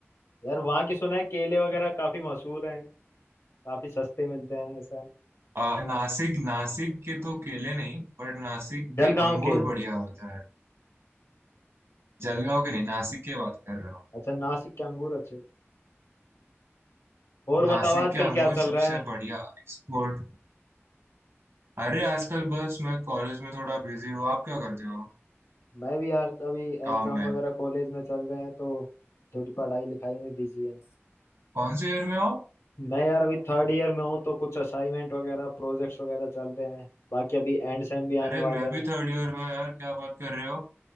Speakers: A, on the left; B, on the right.
A: यार वहाँ की सुना है केले वगैरह काफी मशहूर हैं काफी सस्ते मिलते हैं ऐसा है।
B: आ, नासिक नासिक के तो केले नहीं पर नासिक
A: जलगांव
B: के अंगूर
A: के
B: बढ़िया होता है जलगांव के नहीं नासिक के बात कर रहा हूँ
A: अच्छा नासिक के अंगूर अच्छे होते हैं। और
B: नासिक
A: बताओ आजकल
B: के अंगूर
A: क्या चल
B: सबसे
A: रहा है
B: बढ़िया एक्सपोर्ट अरे आजकल बस मैं कॉलेज में थोड़ा बिजी हूँ आप क्या करते हो
A: मैं भी यार अभी
B: काम
A: एग्जाम
B: में
A: वगैरह कॉलेज में चल रहे हैं तो थोड़ी पढ़ाई लिखाई में बिजी है
B: कौन से ईयर में हो
A: मैं यार अभी थर्ड ईयर में हूँ तो कुछ असाइनमेंट वगैरह प्रोजेक्ट्स वगैरह चल रहे हैं बाकी अभी एंड सेम भी
B: अरे
A: आने वाले
B: मैं
A: हैं
B: भी थर्ड ईयर में हूँ यार क्या बात कर रहे हो